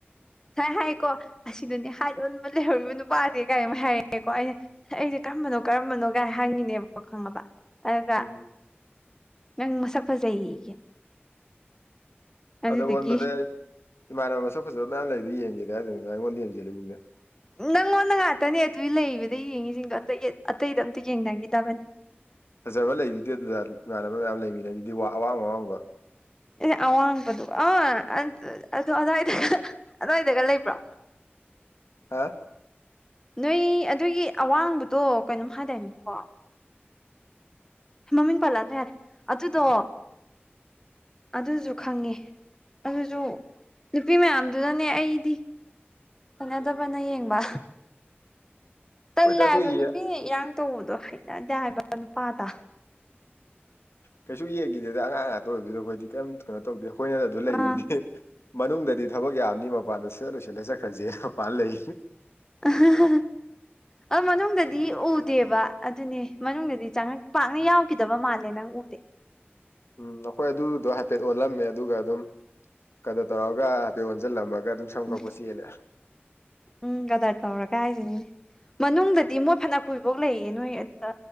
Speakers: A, on the left (about 15°); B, on the left (about 85°).
A: ꯁꯥꯢ ꯍꯥꯏꯀꯣ ꯑꯁꯤꯗꯅꯦ ꯍꯥꯏꯠ ꯑꯣꯟꯕ ꯂꯩꯍꯧꯔꯤꯕ ꯅꯨꯄꯥꯖꯦ ꯀꯥꯏꯅ ꯃꯣꯏ ꯍꯥꯏꯔꯛꯑꯦꯀꯣ ꯑꯩꯅ ꯑꯩꯁ ꯀꯔꯝꯕꯅꯣ ꯀꯔꯝꯕꯅꯣꯒꯥꯏ ꯍꯪꯉꯤꯅꯦꯕꯀꯣ ꯈꯪꯉꯕ ꯑꯗꯨꯒ
B: ꯎꯝ
A: ꯅꯪ ꯃꯁꯛ ꯐꯖꯩꯌꯦꯌꯦ ꯑꯗꯨꯗꯨꯒꯤ
B: ꯑꯗ ꯑꯣꯟꯕꯗ ꯏꯃꯥꯟꯅꯕ ꯃꯁꯛ ꯐꯖꯕ ꯃꯌꯥꯝ ꯂꯩꯗꯨ ꯌꯦꯡꯒꯦꯗꯤ ꯍꯥꯏꯗꯗꯅ ꯅꯪ ꯑꯩꯉꯣꯟꯗ ꯌꯦꯡꯖꯤꯜꯂꯛꯏꯅꯤꯅꯦ
A: ꯅꯪꯉꯣꯟꯗ ꯉꯥꯛꯇꯅꯦ ꯑꯗꯨꯏ ꯂꯩꯔꯤꯕꯗꯩꯩ ꯌꯦꯡꯉꯤꯖꯤꯡꯗꯣ ꯑꯇꯩ ꯑꯇꯩꯗ ꯑꯝꯇ ꯌꯦꯡꯅꯒꯤꯗꯕꯅꯦ
B: ꯐꯖꯕ ꯂꯩꯗꯨꯗꯤ ꯑꯗꯨꯗ ꯏꯃꯥꯟꯅꯕ ꯃꯌꯥꯝ ꯂꯩꯃꯤꯟꯅꯩꯗꯨꯗꯤ ꯋꯥ ꯑꯋꯥꯡ ꯑꯋꯥꯡꯕ
A: ꯑꯦ ꯑꯋꯥꯡꯕꯗꯨ ꯑꯥ ꯑꯗꯨ ꯑꯗꯥꯥꯋꯏꯗꯒ ꯑꯗꯨꯋꯥꯏꯗꯒ ꯂꯩꯕ꯭ꯔꯣ
B: ꯍꯥ
A: ꯅꯣꯏ ꯑꯗꯨꯒꯤ ꯑꯋꯥꯡꯕꯗꯣ ꯀꯩꯅꯣꯝ ꯍꯥꯏꯗꯥꯅꯦꯀꯣ ꯃꯃꯤꯡ ꯄꯜꯠꯂꯛꯑꯅꯣ ꯌꯥꯔꯦ ꯑꯗꯨꯗꯣ ꯑꯗꯨꯁꯨ ꯈꯪꯉꯦ ꯑꯗꯨꯁꯨ ꯅꯨꯄꯤ ꯃꯌꯥꯝꯗꯨꯅꯅꯦ ꯑꯩꯗꯤ ꯎꯅꯗꯕꯅ ꯌꯦꯡꯕ ꯇꯜꯂꯦ
B: ꯍꯣꯏꯗ
A: ꯍꯥꯏꯕ
B: ꯑꯗꯨ ꯌꯦ
A: ꯅꯨꯄꯤꯅ ꯏꯔꯥꯡ ꯇꯧꯕꯗꯣ ꯍꯩꯅꯗꯦ ꯍꯥꯏꯕ ꯅꯨꯄꯥꯗ
B: ꯀꯩꯁꯨ ꯌꯦꯡꯒꯤꯗꯦꯗ ꯑꯉꯥꯡ ꯉꯥꯛꯇ ꯑꯣꯏꯕꯗꯨꯗ ꯑꯩꯈꯣꯏꯗꯤ ꯀꯩꯝꯇ ꯀꯩꯅꯣ ꯇꯧꯗꯦ ꯑꯈꯣꯏꯅ ꯑꯗꯨ ꯂꯩꯗꯨꯗꯤ꯫
A: ꯑꯥ
B: ꯃꯅꯨꯡꯗꯗꯤ ꯊꯕꯛ ꯌꯥꯝꯅꯤ ꯃꯄꯥꯟꯗ ꯁꯠ ꯂꯣꯏꯁꯜꯂ ꯆꯠꯈ꯭ꯔꯁꯦ ꯃꯄꯥꯟ ꯂꯩ꯫
A: ꯑꯍꯍ ꯑ ꯃꯅꯨꯡꯗꯗꯤ ꯎꯗꯦꯕꯥ꯫ ꯑꯗꯨꯅꯤ ꯃꯅꯨꯡꯗꯗꯤ ꯆꯪꯉꯛ ꯄꯥꯛꯅ ꯌꯥꯎꯈꯤꯗꯕ ꯃꯥꯜꯂꯦ ꯅꯪ ꯑꫭꯛꯇꯤ꯫
B: ꯎꯝ ꯑꯈꯣꯏ ꯑꯗꯨꯗꯣ ꯍꯥꯏꯐꯦꯠ ꯑꯣꯜꯂꯝꯃꯦ ꯑꯗꯨꯒ ꯑꯗꯨꯝ ꯀꯩꯅꯣ ꯇꯧꯔꯒ ꯍꯥꯏꯐꯦꯠ ꯑꯣꯟꯁꯤꯜꯂꯝꯃꯒ ꯑꯗꯨꯝ ꯁꯝ
A: ꯎꯝ
B: ꯀꯛꯄ ꯆꯦꯜꯂꯦ꯫
A: ꯎꯝ ꯀꯥꯗꯔ ꯇꯧꯔꯒ ꯍꯥꯏꯁꯤꯅꯤ꯫ ꯃꯅꯨꯡꯗꯗꯤ ꯃꯣꯏ ꯐꯅ ꯀꯨꯏꯕꯨꯛ ꯂꯩꯌꯦ ꯅꯣꯏ ꯑꯗꯨꯗ